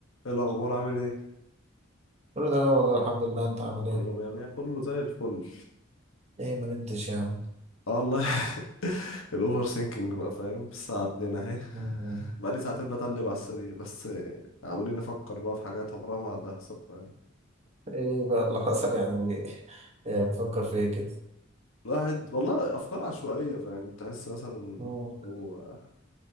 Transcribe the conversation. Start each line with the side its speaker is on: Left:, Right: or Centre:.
Left: ايه الاخبار عامل ايه
Right: كله تمام والله الحمد لله انت عامل
Left: كله
Right: ايه؟
Left: مية مية كله زي الفل
Right: ايه ما نمتش يعني
Left: اه والله <laughs> الاوفر سينكينج بقى فاهم الساعة اتنين اهي
Right: مم.
Left: بقالي ساعتين بتقلب على السرير بس عمالين نفكر بقى في حاجات عمرها ما هتحصل فاهم
Right: ايه بقى اللي حصل يعني <laughs> ايه بفكر في ايه كده
Left: الواحد والله افكار عشوائية فاهم تحس مثلا
Right: مم.
Left: هو